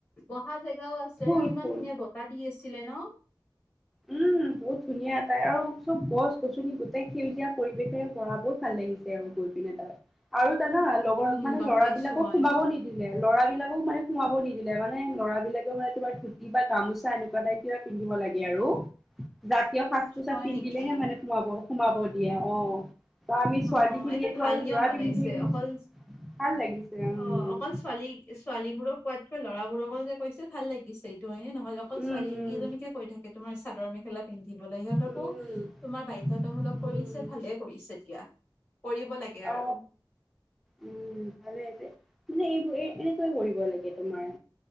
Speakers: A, on the left; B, in the centre.
A: বহা জেগাও আছিল। উদ্যান তাতে
B: ফুল
A: আৰু ইমান
B: ফুল
A: ধুনীয়া বটাহ দি আছিলে ন।
B: উম, বহুত ধুনীয়া এটাই আৰু চব গছ গছনি গোটেই সেউজীয়া পৰিৱেশে পঢ়া বহুত ভাল লাগিছে আৰু গৈ পিনে এ তাত। আৰু জানা লগ
A: উম
B: মানে
A: গম
B: ল'ৰাবলাকক
A: পাইছো মই
B: সোমাব নিদিয়ে। লৰা বিলাকক মানে সোমাব নিদিলে মানে লৰাবলাকে মানে তোমাৰ ধুতি বা গামোচা এনেকুৱা টাইপৰ পিন্ধিব লাগে আৰু। জাতীয় সাজ পোছাক
A: হয়
B: পিন্ধিলেহে
A: নেকি
B: মানে সোমাব-সোমাব দিয়ে। অ', ধয়া আমি
A: অ
B: ছোৱালী খিনিয়েতো
A: এইটো ভাল
B: আৰু
A: নিয়ম
B: যোৰা
A: বনাইছে
B: পিন্ধি গৈছো।
A: অকল
B: ভাল লাগিছে। উম,
A: অ অকল ছোৱালী বোৰক কোৱাতকৈ ল'ৰাবোৰকো যে কৈছে ভাল লাগিছে। হয়নে নহয় অকল
B: উম,
A: ছোৱালী কেইজনীকে কৈ থাকে। তোমাৰ চাদৰ মেখেলা পিন্ধিবলৈ সিহঁতকো
B: উম,
A: তোমাৰ বাধ্যকতামূলক
B: উম,
A: কৰিছে
B: উম,
A: ভালে কৰিছে দিয়া। কৰিব লাগে।
B: অ,
A: আৰু
B: উম, ভালে যে মানে এইবোৰ এই এনেকুৱা কৰিব লাগে তোমাৰ।